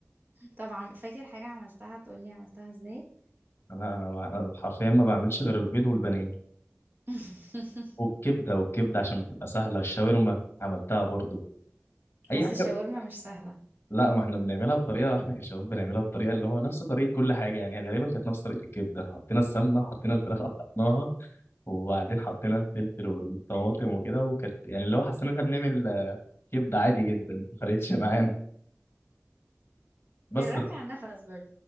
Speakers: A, on the right; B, on the left.
A: طبعا فاكر حاجة عملتها تقولي عملتها ازاي
B: لا انا ما- أنا حرفيا ما بعملش غير البيض والبانيه
A: <laughs>
B: والكبدة والكبدة عشان بتبقى سهلة الشاورما عملتها برضو اي
A: بس
B: حاجة
A: الشاورما مش سهلة
B: لا ما احنا بنعملها بطريقة احنا كشباب بنعملها بطريقة اللي هو نفس طريقة كل حاجة يعني غالبا كانت نفس طريقة الكبدة حطينا السمنة وحطينا الفراخ قطعناها وبعدين حطينا الفلفل والطماطم وكده وكانت يعني اللي هو حسينا إن احنا بنعمل آه، كبده عادي جدا ما فرقتش معانا
A: آه.
B: بس
A: الرك
B: ر-
A: على النفس برضه